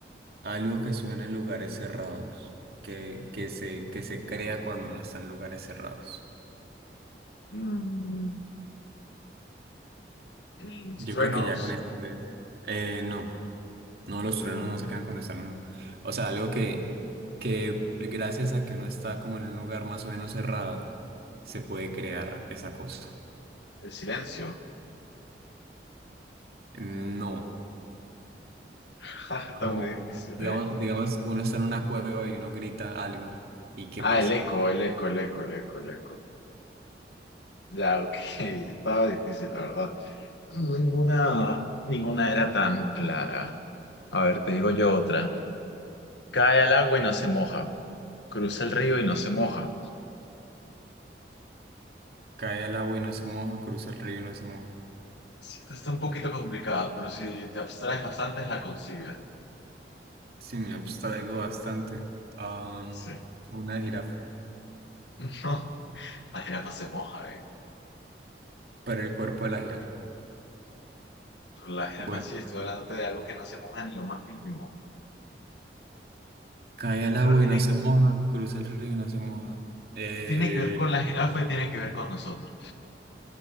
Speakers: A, on the right (about 60°); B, on the left (about 80°).
A: algo que suena en lugares cerrados, que, que se, que se crea cuando uno está en lugares cerrados.
B: Mm, Los
A: Yo
B: truenos,
A: creo que ya con eso puedes. Eh, no, no, los truenos no se crean cuando están en un... O sea, algo que, que gracias a que uno está como en un lugar más o menos cerrado, se puede crear esa cosa.
B: el silencio.
A: No,
B: <laughs> Está
A: como,
B: muy difícil,
A: digamos,
B: ¿eh?
A: digamos, uno está en una cueva y uno grita algo, ¿y qué
B: Ah,
A: pasa?
B: el eco, el eco, el eco, el eco, el eco. Ya, ok. <laughs> Estaba difícil, la verdad. Ninguna, ninguna era tan clara. A ver, te digo yo otra. Cae al agua y no se moja. Cruza el río y no se moja.
A: Cae al agua y no se moja, cruza el río y no se moja.
B: Esta está un poquito complicada, pero si te abstraes bastante la consigues.
A: Sí, me abstraigo bastante. Am,
B: Sí.
A: una jirafa,
B: <laughs> No, la jirafa se moja, eh.
A: pero el cuerpo de la jirafa.
B: La jirafa
A: Bueno,
B: sí, estoy hablando de algo que no se moja ni lo más mínimo.
A: cae al agua
B: Pero tiene,
A: y no se moja, cruza el río y no se moja. Eh,
B: tiene que ver con la jirafa y tiene que ver con nosotros.